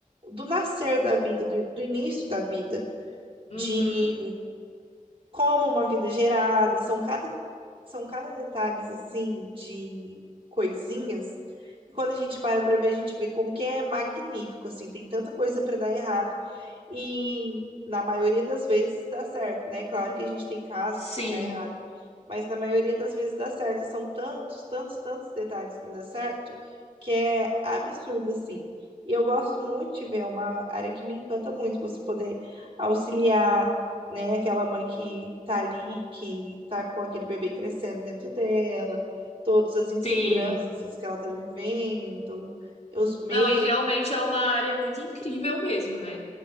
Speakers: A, on the right (about 40°); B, on the left (about 50°).
A: do nascer da vida, do, do início da vida,
B: Uhum.
A: de como uma vida é gerada, são cada são cada detalhes assim de coisinhas. E quando a gente para para ver, a gente vê como que é magnífico, assim, tem tanta coisa para dar errado E na maioria das vezes dá certo, né? Claro que a gente tem casos
B: Sim,
A: que dá errado, mas na maioria das vezes dá certo. E são tantos, tantos, tantos detalhes para dar certo que é absurdo, assim. E eu gosto muito de ver, é uma área que me encanta muito, você poder auxiliar, né, aquela mãe que tá ali, que tá com aquele bebê crescendo dentro dela, todas as inseguranças
B: sim.
A: que ela tá vivendo, os medos.
B: Não, e realmente é uma área muito incrível mesmo, né?